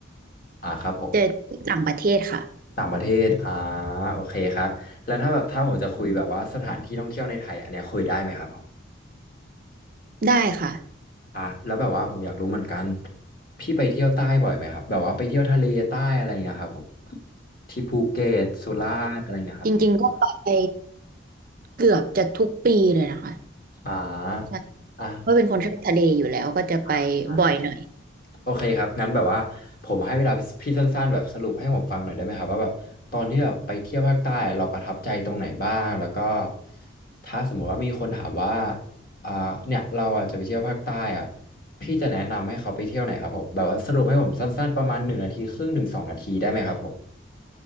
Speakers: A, on the left; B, on the right.
A: อ่าครับผม
B: จะที่ต่างประเทศค่ะ
A: ต่างประเทศอ่าโอเคครับแล้วถ้าแบบถ้าผมจะคุยแบบว่าสถานที่ท่องเที่ยวในไทยอันเนี้ยคุยได้ไหมครับผม
B: ได้ค่ะ
A: อ่ะแล้วแบบว่าผมอยากรู้เหมือนกันพี่ไปเที่ยวใต้บ่อยไหมครับแบบว่าไปเที่ยวทะเลใต้อะไรเงี้ยครับผมที่ภูเก็ตสุราษฎร์อะไรเงี้ยครับ
B: จริงๆก็ไปเกือบจะทุกปีเลยนะคะ
A: อ่าอ่ะ
B: ใช่เพราะเป็นคนชอบทะเลอยู่แล้วก็จะไปบ่อยหน่อย
A: อ่ะอ่ะโอเคครับงั้นแบบว่าผมให้เวลาพี่สั้นๆแบบสรุปให้ผมฟังหน่อยได้ไหมครับว่าแบบตอนที่แบบไปเที่ยวภาคใต้เราประทับใจตรงไหนบ้างแล้วก็ถ้าสมมุติว่ามีคนถามว่าอ่าเนี่ยเราอ่ะจะไปเที่ยวภาคใต้อ่ะพี่จะแนะนำให้เขาไปเที่ยวไหนครับผมแบบว่าสรุปให้ผมสั้นๆประมาณหนึ่งนาทีครึ่งถึงสองนาทีได้ไหมครับผม